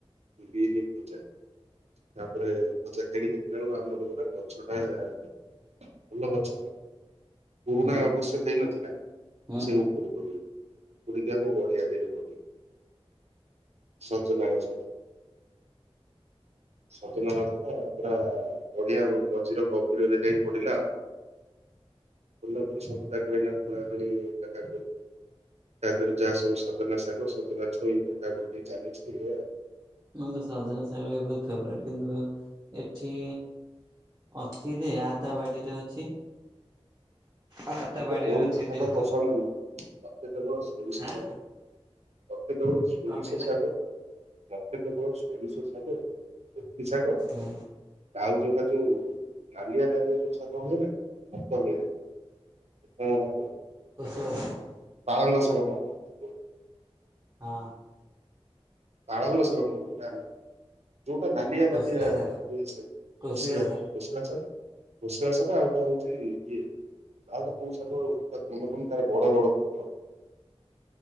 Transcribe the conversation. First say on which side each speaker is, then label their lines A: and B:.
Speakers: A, on the right (about 80°); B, on the right (about 30°).
A: ବିରି ଭଜା। ତାପରେ ଭଜା ଖାଇକି ଦେଖିଲା ବେଳକୁ ଆମର ଗୋଟା ଗଛ ଟା ଆମ୍ୱ ଗଛ ଟା। ପୁରୁଣା
B: ହୁଁ
A: ଅବଶ୍ୟ ହେଇନଥିଲା
B: ହୁଁ
A: ସେ ଉପରେ ଗ ଉପୁଡ଼ିକି ଗଡ଼ିଆ ଦିହରେ ପଡ଼ିବ ସଜନା ଗଛଟା। ସଜନା ଗଛ ଟା ପୁରା ଗଡ଼ିଆ ମଝିର ଗଭୀରରେ ଯାଇ ପଡିଲା ଆଉ। <unintelligible> ତା ଦେହରେ ଯାହା ସବୁ ସଜନା ସାଗ ସଜନା ଛୁଇଁ ବଣ୍ଟା ବଣ୍ଟି ଚାଲିଚି ଏଇଆ।
B: ମୋର ତ ସଜନା ଶାଗ ବି ବହୁତ ଫେବରାଇଟ୍ କିନ୍ତୁ ଏଠି ଅଛି ଯେ ଆ ତା ବାଡିରେ ଅଛି। ଆ
A: ମତେ
B: ତା ବାଡିରେ
A: କୌଣସି
B: ଅଛି
A: ଶାଗ
B: ଯେହେତୁ
A: ପସନ୍ଦ ନୁହଁ। ମତେ କେବଳ ସୋରିଷ
B: ଆଁ।
A: ଶାଗ ମତେ କେବଳ ସୋରିଷ
B: କହିଲେ?
A: ଶାଗ ମତେ କେବଳ ସୋରିଷ ଶାଗ ମେଥି ଶାଗ
B: ହୁଁ।
A: ଆଉ ଯୋଉଟା ଯୋଉ ନାଲିଆ ନାଲିଆ ଯୋଉ ଶାଗ ହୁଏ ନା ସେଟା ହୁଏ। <unintelligible>
B: <unintelligible>
A: ପାଳଙ୍ଗ ଶାଗ ନା କଣ। କୁହନ୍ତି?
B: ହଁ।
A: ପାଳଙ୍ଗ ଶାଗ ନୁହେଁ ମ ନା ନା। ଯୋଉଟା ନାଲିଆ
B: କୋଶିଳା
A: ନାଲିିଆ <unintelligible>
B: ଶାଗ କୋଶିଳା ଶାଗ
A: <unintelligible> ଆଉ ଟା ହଉଚି ଇଏ ଆଉ ଗୋଟେ କୋଉ ଶାଗ ସେଟା ମନେ ପଡ଼ୁନି ତାର ବଡ ବଡ ପତ୍ର।